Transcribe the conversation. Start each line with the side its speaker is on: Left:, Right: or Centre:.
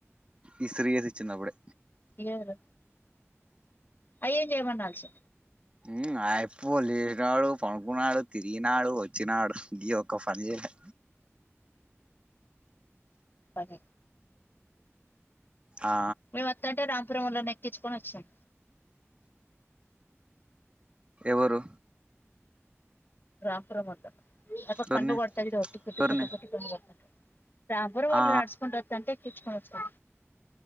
Right: ఈ శ్రీచ్చి నవ్వుడే
Left: ఇయ్యారు అయ్యేం చేయమనాల్సి
Right: ఉమ్ ఐపోలే రాడు పడుకున్నాడు తిరిగినాడు వచ్చినాడు ఇది ఒక ఫని చే
Left: అదే
Right: ఆ
Left: మేమెత్తంటె రాంపురం వొల్లనే చుకొని వచ్చినం
Right: ఎవరు
Left: రాపురం అంట అప్ప
Right: ఎవర్ని
Left: కన్ను కొడతది ఒట్టు కొట్టు
Right: ఎవర్ని
Left: కొట్టు కొట్టి కంతా రాబరు వళ్ళు
Right: ఆ
Left: నడుసుకుంట వత్తంటే ఇచ్చుకోచ్చు